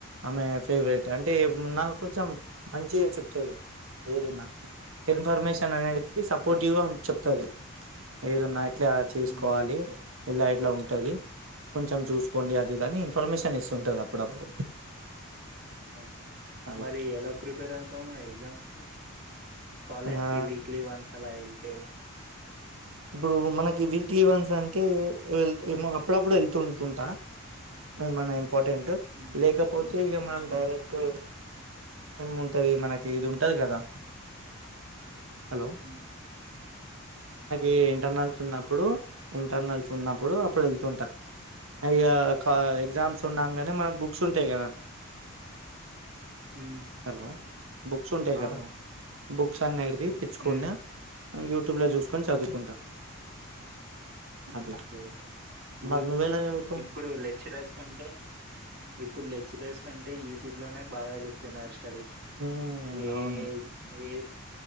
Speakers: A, on the right (about 70°); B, on the right (about 50°).
A: ఆమె ఫేవరెట్ అంటే
B: ఉమ్
A: మ్ నాకు కొంచెం మంచిగా చెప్తది ఏదున్నా ఇన్ఫర్మేషన్ అనేది. సపోర్టివ్గా
B: ఆ
A: చెప్తది ఏదన్నా ఇట్ల చేసుకోవాలి
B: ఉమ్
A: ఇలా ఇట్లా ఉంటుంది కొంచెం చూసుకోండి అది ఇది అని ఇన్ఫర్మేషన్ ఇస్తుంటది అప్పుడప్పుడు.
B: ఓకే
A: అలా
B: మరి ఎలా ప్రిపేర్ అవుతావ్ ఎగ్జామ్స్ కి కాలజ్కి
A: ఆ
B: వీక్లీ వన్స్ అలా వెళ్తే
A: ఇప్పుడు మనకి వీక్లీ వన్స్ అంటే వెల్త్ ఏమో అప్పుడప్పుడు వెళ్తుంటుంటా. అద్ మన ఇంపార్టెంటు
B: ఉమ్
A: లేకపోతే ఇక మనం డైరెక్టు ఏముంటది మనకి ఇది ఉంటది కదా హలో
B: ఉ
A: ఏ ఇంటర్నల్స్ ఉన్నప్పుడు ఇంటర్నల్స్ ఉన్నప్పుడు అప్పుడు
B: ఉమ్
A: వెళ్తుంటా. అలా కా ఎగ్జామ్స్
B: ఆ
A: ఉన్నాంగానే మనకు బుక్స్ ఉంటాయి కదా.
B: ఉమ్
A: హలో బుక్స్ ఉంటాయి
B: అవును
A: కదా బుక్స్ అన్ని ది తెచ్చుకొన్య
B: ఉమ్
A: ఆ యూట్యూబ్ లో జూసుకొని చదువుకుంటా అట్లా
B: ఓకే ఇగ
A: మరి నువ్వెలా చదువుతావ్
B: ఇప్పుడు లెక్చరస్ కంటే ఇప్పుడు లెక్చరర్స్ కంటే యూట్యూబ్ లోనే బాగా చెప్తున్నారు స్టడీస్
A: ఉమ్
B: ఏ
A: అవును
B: ఏ